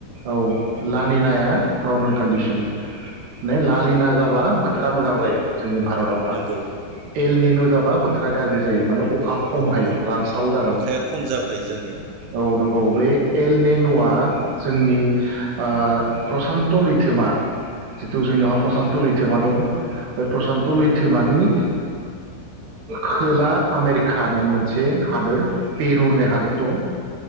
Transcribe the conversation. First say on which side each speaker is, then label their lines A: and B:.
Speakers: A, on the right (about 60°); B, on the right (about 80°).
A: औ लालि नाया नर्मेल कन्दिसन माने लालिना जाबा बोथोरा मोजां जायो जोंनि भारताव एल
B: नंगौ
A: नेनु जाबा बोथोरा गाज्रि जायो माने अखा खम
B: नंगौ
A: हायो रानस्राव जागोन
B: अखाया खम जाफैयो जोंनियाव
A: औ नंगौ बे एल नेनुआ जोंनि ओ प्रसान्त लैथोमा जिथु जोंनियावहा प्रसान्त लैथोमा दं बे प्रसान्त लैथोमा थोमानि खोला आमेरिकानि मोनसे हादोर पेरु होननाय हादोर दं